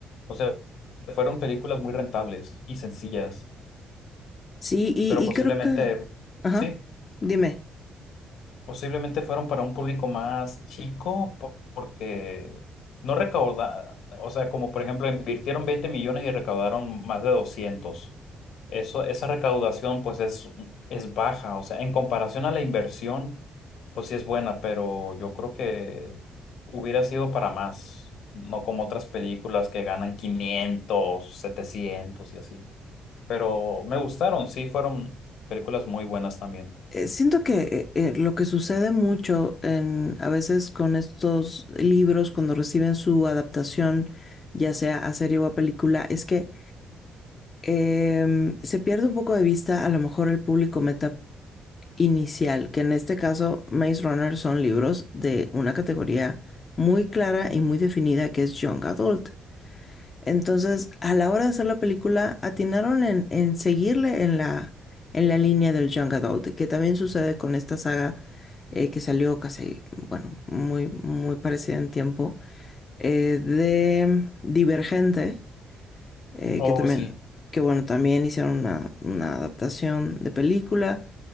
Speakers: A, on the left (about 75°); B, on the left (about 35°).
A: O sea, fueron películas muy rentables y sencillas,
B: Sí, y,
A: pero
B: y
A: posiblemente,
B: creo que... Ajá,
A: sí.
B: dime.
A: Posiblemente fueron para un público más chico po- porque no recaudaron, o sea, como por ejemplo invirtieron 20 millones y recaudaron más de doscientos, Eso, esa recaudación pues es, es baja, o sea, en comparación a la inversión, pues sí es buena, pero yo creo que hubiera sido para más, no como otras películas que ganan 500, 700 y así. Pero me gustaron, sí, fueron películas muy buenas también.
B: Eh, Siento que eh, eh, lo que sucede mucho en, a veces con estos libros cuando reciben su adaptación, ya sea a serie o a película, es que em, se pierde un poco de vista a lo mejor el público meta inicial, que en este caso Maze Runner son libros de una categoría muy clara y muy definida que es Young Adult. Entonces, a la hora de hacer la película, atinaron en, en seguirle en la, en la línea del Young Adult, que también sucede con esta saga eh, que salió casi, bueno, muy, muy parecida en tiempo, eh, de Divergente, eh,
A: Oh,
B: que también,
A: sí,
B: que bueno, también hicieron una, una adaptación de película.